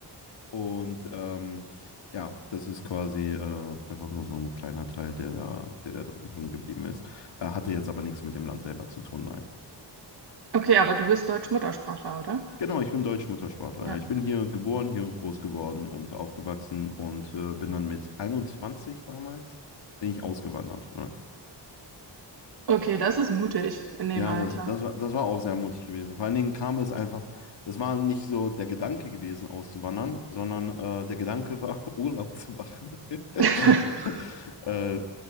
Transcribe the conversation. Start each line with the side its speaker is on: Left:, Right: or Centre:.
Left: Und ähm, ja, das ist quasi äh, einfach nur so ein kleiner Teil, der da, der da drin hängen geblieben ist. Äh, hatte jetzt aber nichts mit dem Land selber zu tun, nein.
Right: Okay, aber du bist Deutsch-Muttersprachler, oder?
Left: Genau, ich bin Deutsch-Muttersprachler.
Right: Ja.
Left: ja. Ich bin hier geboren, hier groß geworden und aufgewachsen und äh, bin dann mit 21 damals, bin ich ausgewandert. Ja,
Right: Okay, das ist mutig in dem
Left: ja
Right: Alter.
Left: das, das war, das war auch sehr mutig gewesen. Vor allen Dingen kam es einfach, das war nicht so der Gedanke gewesen, auszuwandern, sondern äh, der Gedanke war, <laughs> Urlaub zu machen.
Right: <laughs>
Left: <laughs> äh,